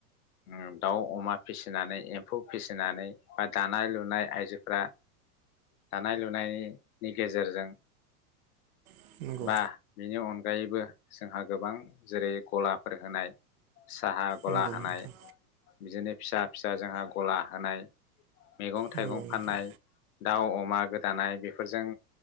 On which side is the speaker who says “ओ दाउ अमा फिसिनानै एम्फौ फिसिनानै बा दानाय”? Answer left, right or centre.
Left